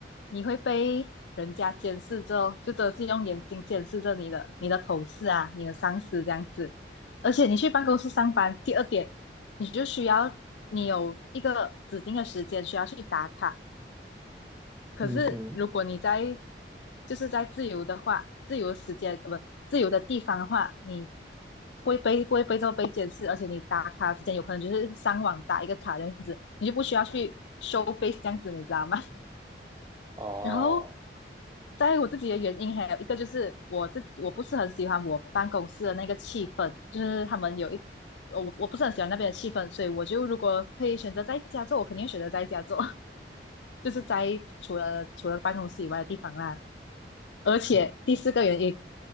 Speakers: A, on the left; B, on the right.
A: 你会被人家监视着，后，就真的是用眼睛监视着你的你的同事啊，你的上司这样子。而且你去办公室上班，第二点，你就需要你有一个指定的时间需要去打卡。可是如果你在
B: 嗯哼，
A: 就是在自由的话，自由的时间呃不自由的地方的话，你不会被不会被这么被监视，而且你打卡时间有可能就是上网打一个卡这样子，你就不需要去收 face 这样子，你知道吗？
B: 哦，
A: 然后在我自己的原因，还有一个就是我自我不是很喜欢我办公室的那个气氛，就是他们有一我我不是很喜欢那边的气氛，所以我就如果可以选择在家做，我肯定选择在家做，<laughs> 就是在除了除了办公室以外的地方啦。而且第四个原因，
B: 嗯